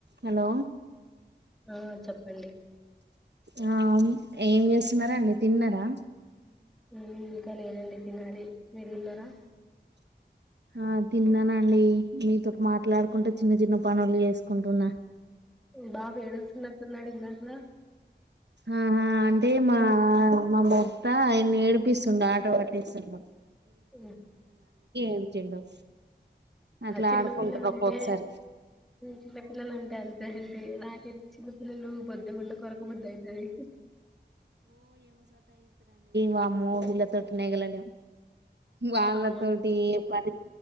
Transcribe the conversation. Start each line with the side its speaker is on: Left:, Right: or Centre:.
Right: Hello
Centre: ఆ చెప్ పళ్ళలి
Right: ఆ ఏం చేస్తున్నారండి తిన్నరా
Centre: ఉ ఇంకా లేదండి తినాలి మీరు తిన్నారా
Right: ఆ తిన్నానండి మీతోటి మాట్లాడుకుంట చిన్న చిన్న పనులు చేసుకుంటున్నా
Centre: బాబు ఏడుస్తునట్టున్నడు ఇందాక హ
Right: ఆహా అంటే మా అమ్మ మొత్త ఆయన ఏడిపిస్తుండు ఆట పట్టిస్తుండు
Centre: హ
Right: ఏడిచిండు అట్లా
Centre: చిన్నపిల్లలుంటే
Right: ఆడుకుంటారు ఒక్కొక్కసారి
Centre: చిన్నపిల్లలుంటే అంతే నాకె పిల్లలు బొద్దుగుంటే కొరకబుద్దయితది
Right: వామో వీళ్ల తోటే నేగలేం వాళ్ళతోటి
Centre: ఆ
Right: ఎ పరి